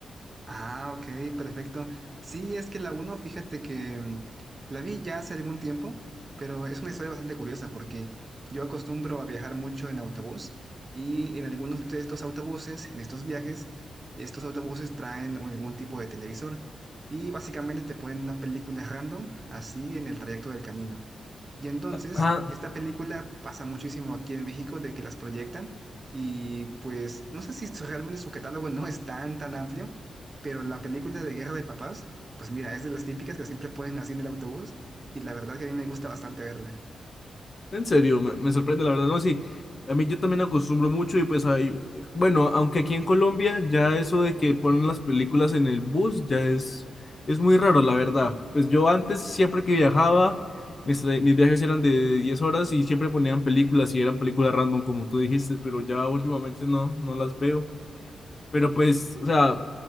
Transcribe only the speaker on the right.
Ah, ok, perfecto. Sí, es que la uno, fíjate que mm, la vi ya hace algún tiempo, pero es una historia bastante curiosa porque yo acostumbro a viajar mucho en autobús y en algunos de estos autobuses, en estos viajes, estos autobuses traen un- algún tipo de televisor y básicamente te ponen una película random así en el trayecto del camino. Y entonces,
esta película pasa muchísimo aquí en México de que las proyectan y pues no sé si su- realmente su catálogo no es tan, tan amplio, pero la película de Guerra de Papás, pues mira, es de las típicas que siempre ponen así en el autobús y la verdad que a mí me gusta bastante verla.